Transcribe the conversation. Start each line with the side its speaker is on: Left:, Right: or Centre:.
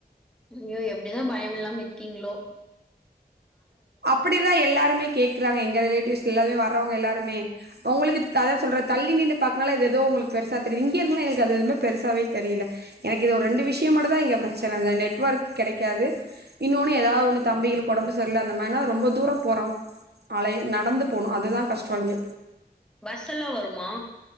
Centre: ஐயோ எப்டிதா பயம் இல்லாம இருக்கிங்ளோ
Right: அப்பிடிதா எல்லாருமே கேக்குறாங்க எங்க ரிலேட்டிவ்ஸ் எல்லருமே வர்றவங்க எல்லாருமே உங்களுக்கு அதா சொல்ற தள்ளி நின்னு பாக்கனால இது எதோ உங்ளுக்கு பெருசா தெரிது இங்கே இருக்கனால அது எதுமே பெருசாவே தெரில எனக்கு இது ஒரு ரெண்டு விஷய மட்டுந்தா இங்க பிரச்சனை அந்த நெட்ஒர்க் கெடைக்காது இன்னோனு எதாவது ஒன்னு தம்பிகளுக்கு ஒடம்பு செர்ல்ல நம்ம என்ன ரொம்ப தூர போறோ அலை நடந்து போணு அதுதா கஷ்ட இங்க
Centre: பஸ் எல்லா வருமா